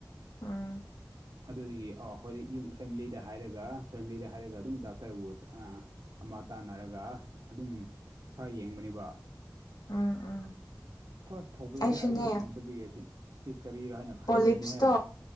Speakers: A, on the left; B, on the right.
A: ꯎꯝ
B: ꯑꯗꯨꯗꯒꯤ ꯑꯣ ꯍꯣꯗꯤ ꯌꯨꯝ ꯐꯦꯃꯤꯂꯤꯗ ꯍꯥꯏꯔꯒ ꯐꯦꯃꯤꯂꯤꯗ ꯍꯥꯏꯔꯒ ꯑꯗꯨꯝ ꯗꯥꯛꯇꯔꯕꯨ ꯑ ꯑꯃ ꯇꯥꯟꯅꯔꯒ ꯑꯗꯨꯝ ꯈꯔ ꯌꯦꯡꯕꯅꯦꯕ
A: ꯎꯝ ꯎꯝ
B: ꯐꯥꯔꯁ ꯊꯧꯕꯗꯗꯤ
A: ꯑꯩꯁꯨꯅꯦ
B: ꯑꯩꯁꯨ ꯈꯪꯗꯕꯩ ꯑꯁꯤ ꯑꯁꯤ ꯀꯔꯤꯔꯥ ꯍꯥꯏꯅ ꯈꯟꯅꯕꯅꯤꯍꯦ
A: ꯄꯣꯂꯤꯞꯁꯇꯣ